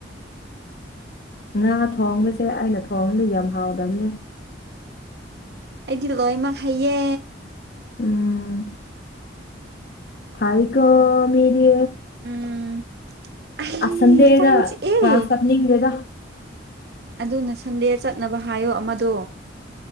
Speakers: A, on the left; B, on the right.
A: ꯉꯥ ꯊꯣꯡꯕꯁꯦ ꯑꯩꯅ ꯊꯣꯡꯉꯗꯤ ꯌꯥꯝ ꯍꯥꯎꯗꯝꯅꯦ
B: ꯑꯩꯗꯤ ꯂꯣꯏꯃꯛ ꯍꯩꯌꯦ
A: ꯎꯝ ꯐꯥꯏ ꯀꯣ ꯃꯤꯗꯤ
B: ꯎꯝ ꯑꯩ
A: ꯑꯁ ꯁꯟꯗꯦꯗ
B: ꯀꯥꯡ ꯆꯤꯛꯑꯦ
A: ꯀ꯭ꯂꯥꯁ ꯆꯠꯅꯤꯡꯗꯦꯗ
B: ꯑꯗꯨꯅ ꯁꯟꯗꯦ ꯆꯠꯅꯕ ꯍꯥꯏꯌꯣ ꯑꯃꯗꯣ